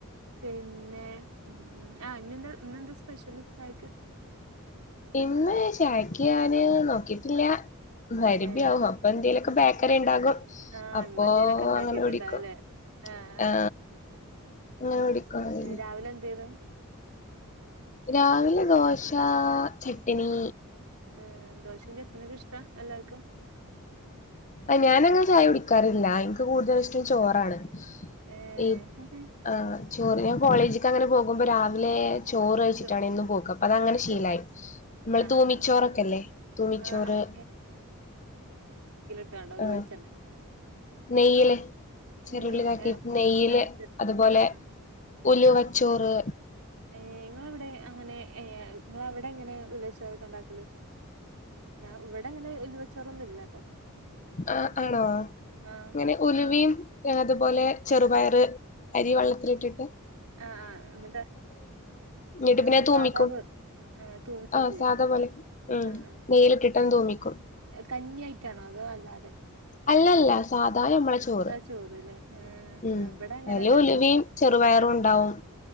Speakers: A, on the right (about 80°); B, on the left (about 35°).
A: പിന്നെ മം ആ ഇന്നെന്താ ഇന്നെന്താ സ്പെഷ്യല് ചായക്ക്
B: ഇന്ന് ചായക്ക് ഞാന്‌ നോക്കിട്ടില്ല മഹാരിബി
A: ഏഹ്
B: ആവും അപ്പൊന്തേലൊക്കെ ബേക്കറി ഉണ്ടാകും
A: ആഹ്
B: അപ്പൊ
A: ഇമ്മ എന്തേലൊക്കെ ഇണ്ടാക്കിട്ടുണ്ടാവുല്ലേ
B: അങ്ങനെ കുടിക്കും
A: ആഹ്
B: ആ അങ്ങനെ കുടിക്കും അതി
A: ഏഹ് രാവിലെ എന്തേന്നു
B: രാവിലെ ദോശാ ചട്ടനി
A: ഉം ദോശിം ചട്ടിണിക്കൊ ഇഷ്ടാ അല്ലാ ക്കും
B: അയ് ഞാൻ അങ്ങനെ ചായ കുടിക്കാറില്ല ഇൻക്ക് കൂട്തൽ ഇഷ്ടം ചോറാണ്
A: ഏഹ്
B: ഇ ആ ചോറ് ഞാൻ കോളേജ്ക്ക് അങ്ങനെ പോ ക്കുമ്പം രാവിലെ ചോറ് കഴിച്ചിട്ടാണ്
A: ചോ
B: എന്നും പോക്ക് അപ്പ അതങ്ങനെ ശീലായി
A: ഏഹ്
B: മ്മള്
A: ആഹ്
B: തൂമിച്ചോറൊക്കെല്ലേ
A: ആഹ് ആഹ്
B: തൂമിച്ചോറ്
A: ആഹ് ആഹ് ട്ട് കാണ്ടോ അതോ
B: ആഹ്
A: വെളിച്ചെണ്ണ
B: നെയ്യില് ചെറുള്ളി
A: ഏഹ്
B: ഇതാക്കിട്ട്.
A: ആഹ്
B: നെയ്യില്
A: ആഹ് ശരി
B: അതുപോലെ
A: ആഹ് ആഹ്
B: ഉലുവച്ചോറ്
A: ആഹ് ഏഹ് ഇങ്ങളവിടെ അങ്ങനെ ഏ ഇങ്ങള് അവിടെ എങ്ങനെ ഉള്ളിചോറൊക്കെണ്ടാക്കല് ഞാൻ ഇവിടെ ഇങ്ങനെ ഉലുവച്ചോറൊന്നും ഇല്ല
B: അ ആണോ
A: ആഹ്
B: ഇങ്ങനെ ഉലുവിം അ അതുപോലെ ചെറുപയറ് അരി വള്ളത്തിലിട്ടിട്ട്
A: ആ ആ എന്നിട്ട്
B: എന്നിട്ട്
A: ആ
B: പിന്നെ തൂമിക്കും
A: സാധാ പോലെ ആ തൂമിച്ചും
B: ആ
A: ചെയ്യും
B: സാധാ പോലെ
A: ആ
B: ഉം
A: ആ
B: നെയ്യിലിട്ടിട്ടൊന്ന് തൂമിക്കും
A: കഞ്ഞിയായിട്ടാണോ അതോ അതെ
B: അല്ലല്ലാ സാധാ നമ്മളെ ചോറ്
A: ചോറ്ല്ലേ ആഹ്
B: ഉം
A: ആഹ് ഇവിടെ അങ്ങനെയല്ലാട്ടോ
B: അയില് ഉലുവിം ചെറുപയറും ഉണ്ടാവും